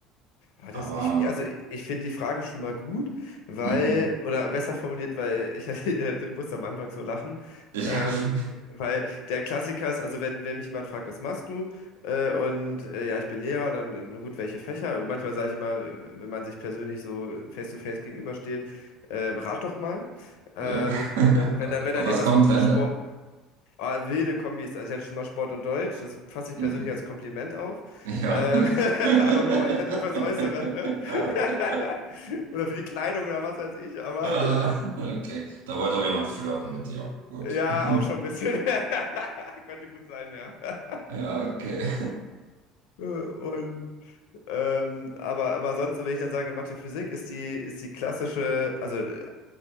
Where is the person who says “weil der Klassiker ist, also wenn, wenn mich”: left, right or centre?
Left